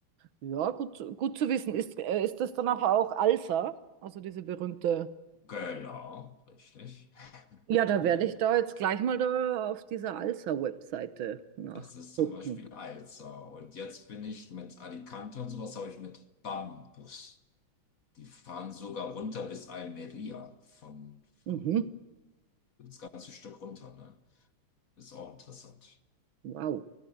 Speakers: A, on the right; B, on the left.
A: Ja, gut, gut zu wissen. Ist, äh, ist das danach auch Alsa? Also diese berühmte.
B: Genau, richtig.
A: Ja, da
B: <laughs>
A: werde ich da jetzt gleich mal da auf dieser Alsa-Webseite nachgucken.
B: Das ist zum Beispiel Alza. Und jetzt bin ich mit Alicante und sowas, habe ich mit Bambus. Die fahren sogar runter bis Almeria von,
A: Mhm.
B: von das ganze Stück runter, ne? Ist auch interessant.
A: Wow.